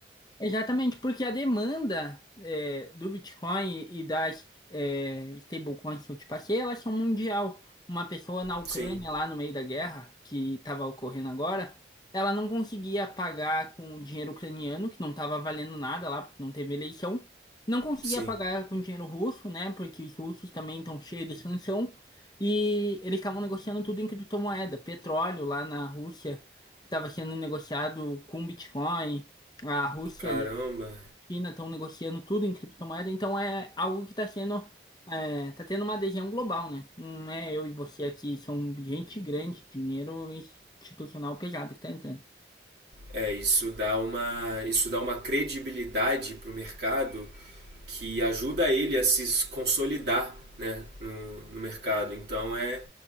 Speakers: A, on the left; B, on the right.
A: Exatamente, porque a demanda é, do Bitcoin e das é, stablecoins que eu te passei, elas são mundial. Uma pessoa na Ucrânia,
B: Sim,
A: lá no meio da guerra, que estava ocorrendo agora, ela não conseguia pagar com o dinheiro ucraniano, que não estava valendo nada lá, porque não teve eleição. Não conseguia
B: sim.
A: pagar com dinheiro russo, né? Porque os russos também estão cheios de sanção. E eles estavam negociando tudo em criptomoeda. Petróleo lá na Rússia estava sendo negociado com Bitcoin. A Rússia
B: Caramba.
A: e a China estão negociando tudo em criptomoeda, então é algo que está sendo, é, tá tendo uma adesão global, né? Não é eu e você aqui, são gente grande, dinheiro institucional pesado que está entrando.
B: É, isso dá uma, isso dá uma credibilidade para o mercado que ajuda ele a se consolidar né, no, no mercado. Então é,